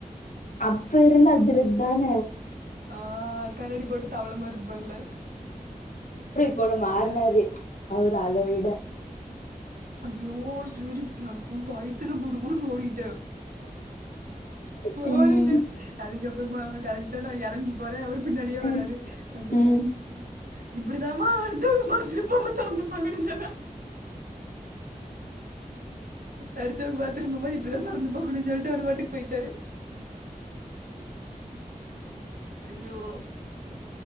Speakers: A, on the left (about 60°); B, on the right (about 80°).
A: அப்ப இருந்த அஜரத் தான
B: ஆ கண்ணாடி போட்டு தவள மாரி இருப்பாருல்ல
A: போட மாறுனாரு அவரு அத விட
B: அய்யோ சிரிப்பு எனக்கு பயத் துல குடு குடுன்னு ஓடிட்டே
A: ம்.
B: ஓடிட்டே அதுக்கப்பறமா கரெக்ட்டா நா எறங்கி போறே அவரு பின்னாடியே
A: ம்.
B: வர்றாரு வந்துட்டு
A: ம்.
B: இப்டிதாமா அடுத்தவங்க பாத்ரூம் போம்போது தெறந்துப்பாக்கனு சொன்னா அடுத்தவங்க பாத்ரூம் போம்போது இப்டிதா தெறந்து பாக்கணு சொல்ட்டு அவரு பாட்டுக்கு போயிட்டாரு அய்யோ